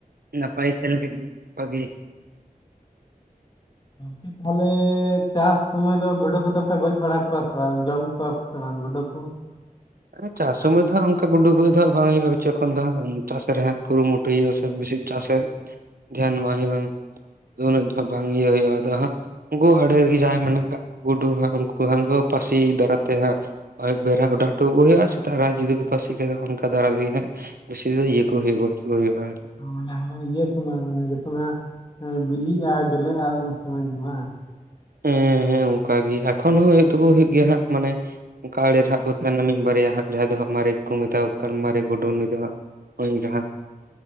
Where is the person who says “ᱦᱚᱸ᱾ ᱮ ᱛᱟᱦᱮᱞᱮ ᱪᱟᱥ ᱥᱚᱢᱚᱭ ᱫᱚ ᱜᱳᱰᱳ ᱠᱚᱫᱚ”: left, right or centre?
Left